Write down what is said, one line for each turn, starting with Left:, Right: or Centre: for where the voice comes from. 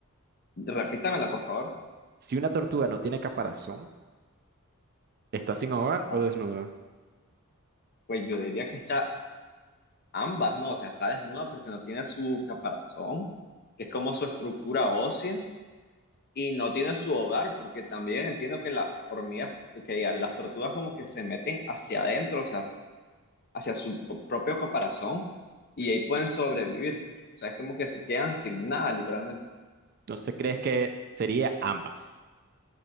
Left: Repítamela, por favor.
Right: Si una tortuga no tiene caparazón, ¿está sin hogar
Left: Ajá.
Right: o desnuda?
Left: Pues yo diría que está ambas, ¿no? O sea, está desnuda porque no tiene su caparazón, que es como su estructura ósea, y no tiene su hogar porque también entiendo que las hormigas, que ya, las tortugas como que se meten hacia adentro, o sea, hacia su p- propio caparazón, y ahí pueden sobrevivir. O sea, es como que se quedan sin nada, literalmente.
Right: Entonces, ¿crees que sería ambas?